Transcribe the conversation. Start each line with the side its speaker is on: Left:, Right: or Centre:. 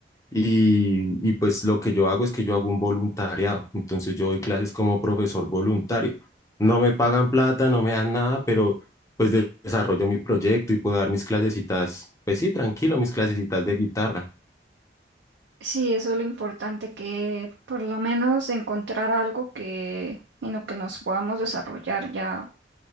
Left: Y, y pues lo que yo hago es que yo hago un voluntariado. Entonces yo doy clases como profesor voluntario. No me pagan plata, no me dan nada, pero pues de- desarrollo mi proyecto y puedo dar mis clasecitas, pues sí, tranquilo, mis clasecitas de guitarra.
Right: Sí, eso es lo importante, que por lo menos encontrar algo que en lo que nos podamos desarrollar ya,